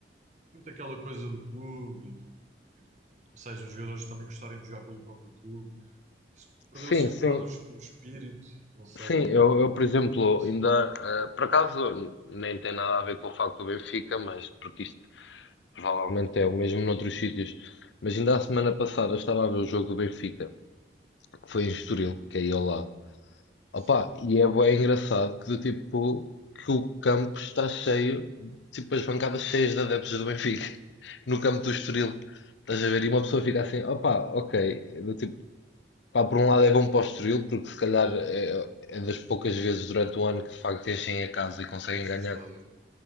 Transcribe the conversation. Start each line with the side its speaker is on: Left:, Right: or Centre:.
Right: muito aquela coisa do clube e do, e do- ou seja, os jogadores também gostarem de jogar pelo próprio clube. Isso perdeu
Left: Sim,
Right: assim um bocado
Left: sim,
Right: o, es- o espírito, não sei,
Left: sim.
Right: digo
Left: Eu,
Right: eu.
Left: eu, por exemplo,
Right: Pelo menos é que eu sinto.
Left: ainda, eh, por acaso, nem tem nada a ver com o facto do Benfica, mas porque isto Provavelmente é o mesmo noutros sítios. Mas ainda a semana passada estava a ver o jogo do Benfica, que foi em Estoril, que é aí ao lado. Opa,
Right: Sim,
Left: e é bué engraçado que do tipo que o campo está cheio, tipo as bancadas cheias de adeptos do Benfica, <laughs> no campo do Estoril. Estás a ver? E uma pessoa fica assim, opa, ok, do tipo, pá, por um lado é bom para o Estoril, porque se calhar é, é das poucas vezes durante o ano que de facto enchem a casa e conseguem
Right: que enche
Left: ganhar
Right: o estádio,